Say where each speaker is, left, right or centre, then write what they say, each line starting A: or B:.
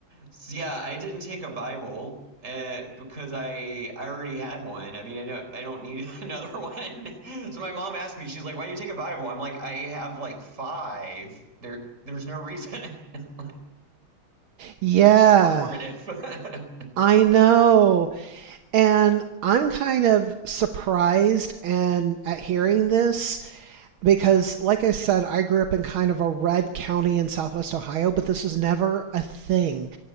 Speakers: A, on the right (about 35°); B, on the right (about 75°).
A: so yeah, I didn't take a Bible uh, because I I already had one. I mean, I don't I don't need another one. <laughs> so my mom asked me, she's like, "Why do you take a Bible?" I'm like, "I have like five. There there's no reason. <laughs>
B: Yeah.
A: it's just performative."
B: I know. And I'm kind of surprised and at hearing this because like I said, I grew up in kind of a red county in southwest Ohio, but this was never a thing.